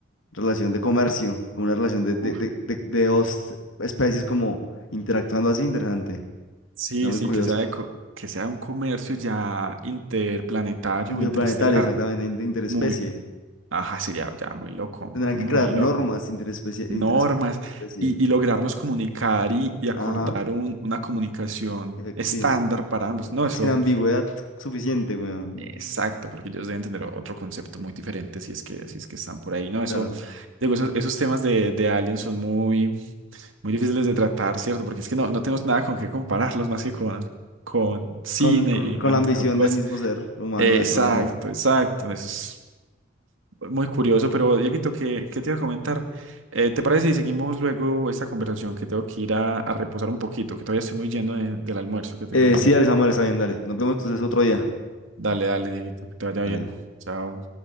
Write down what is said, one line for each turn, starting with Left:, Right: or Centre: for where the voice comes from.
Left: relación de comercio, una relación de, de,
Right: Uf.
Left: de, de, de dos especies como interactuando así, interesante.
Right: Sí,
Left: Está muy
Right: sí,
Left: curioso.
Right: que sea, de co- que sea un comercio ya interplanetario
Left: Interplanetario,
Right: o interestelar.
Left: exactamente, in- interespecie.
Right: Muy, ajá, sería ya muy loco,
Left: Tendrán
Right: muy
Left: que crear normas
Right: loco.
Left: interespecie,
Right: Normas
Left: interespecie.
Right: y, y lograrnos comunicar y, y acordar
Left: Ajá,
Right: un- una comunicación
Left: efectiva.
Right: estándar para ambos. No, eso,
Left: Sin ambigüedad suficiente, weón.
Right: exacto, porque ellos deben tener otro concepto muy diferente si es que, si es que están por ahí. No, eso,
Left: Claro.
Right: digo, esos, esos temas de, de aliens son muy, muy difíciles de tratar, ¿cierto? Porque es que no, no tenemos nada con qué compararlos más que con, con cine
Left: Con, con,
Right: y
Left: con
Right: con,
Left: la ambición
Right: con cosas.
Left: del mismo ser humano
Right: Exacto,
Left: de conocer.
Right: exacto. Eso es. Muy curioso, pero Dieguito, ¿qué, qué te iba a comentar? Eh, ¿te parece si seguimos luego esta conversación? Que tengo que ir a, a reposar un poquito, que todavía estoy muy lleno de- del almuerzo que te
Left: Eh,
Right: conté.
Left: sí, dale, Samuel, está bien, dale. Nos vemos entonces otro día.
Right: Dale, dale, Dieguito, que te vaya
Left: Dale.
Right: bien. Chao.